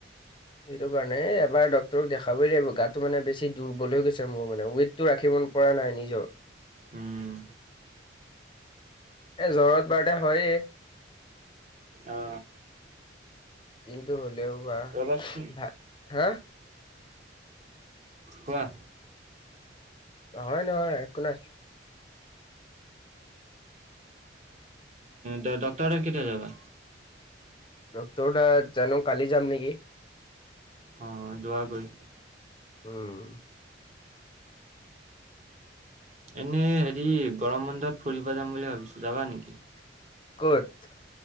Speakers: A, on the left; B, on the right.
A: সেইটো কাৰণে এবাৰ ডক্তৰক দেখাবই লাগিব গাতটো মানে বেছি দুৰ্বল হৈ গৈছে মোৰ মানে ৱেইটটো ৰাখিব। মোৰ পৰা নাই নিজৰ
B: উম,
A: এ জ্বৰত বাৰতে হয়ে।
B: অ
A: কিন্তু হলেও বা
B: ৰ'বাচোন
A: ভ হা <unintelligible>
B: ৱাহ
A: নহয়- নহয় একো নাই।
B: ড- ডক্তৰৰ তাত কেতিয়া যাবা?
A: ৰক্তটা জানো কালি যাম নেকি।
B: অ', যোৱাগৈ।
A: উম,
B: এনে হেৰি গৰম বন্ধত ফুৰিব যাম বুলি ভাবিছো যাবা নেকি।
A: কত?